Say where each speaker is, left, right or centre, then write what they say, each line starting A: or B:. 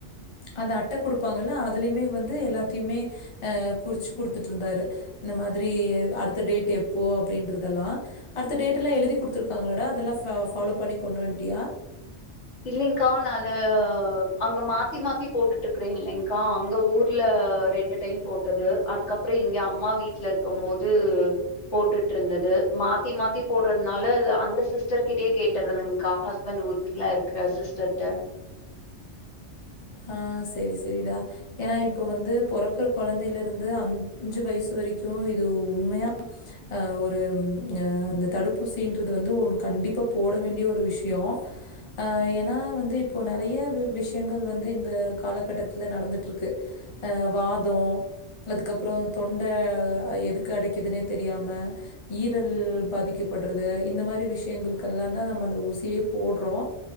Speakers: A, on the left; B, on the left.
A: அந்த அட்ட குடுப்பாங்கல்ல அதுலயுமே வந்து எல்லாத்தையுமே அ குறிச்சு குடுத் டிருந்தாரு இந்த மாதிரி அடுத்த டேட் எப்போ அப்படின்றதெலாம் அடுத்த டேட்லாம் எழுதி குடுத்துருக்காங்களாடா அதெலாம் ஃபாலோ பண்ணி கொண்வன்ட்டியா
B: இல்லைங்க்கா நா அங்க மாத்தி மாத்தி போட்டுட்டுருக்கே இல்லைங்க்கா அங்க ஊர்ல ரெண்டு டைம் போட்டது அதுக்கப்றோ இங்க அம்மா வீட்ல இருக்கு போது போட்டுட்ருந்தது மாத்தி மாத்தி போடுறதுனால அந்த சிஸ்டர் கிட்டயே கேட்டுறதுங்க்கா ஹஸ்பண்ட் ஊருக்குள்ள இருக்கற சிஸ்டர்ட
A: ஆஹ் சரி சரிடா ஏனா இப்ப வந்து பொறக்ற குழந்தைலருந்து அஞ்சு வயசு வரைக்கு இது உண்மையா அ ஒரு அ தடுப்பூசின்றது வந்து கண்டிப்பா போட வேண்டிய ஒரு விஷய ஆ ஏனா வந்து இப்போ நிறைய விஷய எங்கள் வந்து இந்த காலகட்டத்துல நடந்துட்ருக்கு வாதம் அதுக்கப்றம் தொண்ட எதுக்கு அடைக்குதுனே தெரியாம ஈரல் பாதிக்கப்படுறது இந்த மாரி விஷயங்கள் கெல்லாம் தா நம்ம அந்த ஊசியே போடுறோ